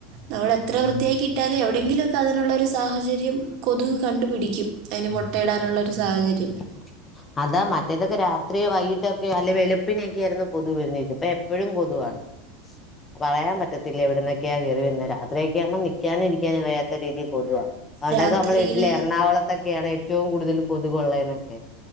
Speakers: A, on the right; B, on the left.
A: നമ്മൾ എത്ര വൃത്തിയാക്കിട്ടാലും എവിടെയെങ്കിലൊക്ക അതിനുള്ളൊരു സാഹചര്യം കൊതുക് കണ്ടുപിടിക്കും. അയ്ന് മുട്ടയിടാനുള്ളൊരു സാഹചര്യം
B: ഉ <unintelligible> അതാ മറ്റേതൊക്കെ രാത്രിയ വൈകിട്ടൊക്കെ അല്ലെ വെളുപ്പിനൊക്കെ ആയിരുന്നു കൊതു വരുന്നത് ഇത് ഇപ്പം എപ്പോഴും കൊതുവാണ് പറയാൻ പറ്റത്തില്ല എവിടുന്നൊക്കെയാ കയറി വരുന്നെ രാത്രിയക്കെയാണെ നിക്കാനും ഇരിക്കാനും വയ്യാത്ത രീതിയിൽ കൊതുവാ പണ്ടൊക്കെ
A: രാത്രിയിൽ
B: നമ്മൾ കേട്ടില്ലെ എറണാകുളത്തൊക്കെയാണ് ഏറ്റവും കൂടുതൽ കൊതുകൊള്ളെന്നൊക്കെ